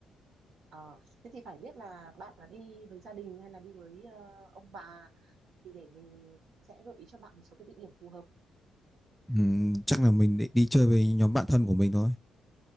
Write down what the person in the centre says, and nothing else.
Ừm, chắc là mình định đi chơi với nhóm bạn thân của mình thôi.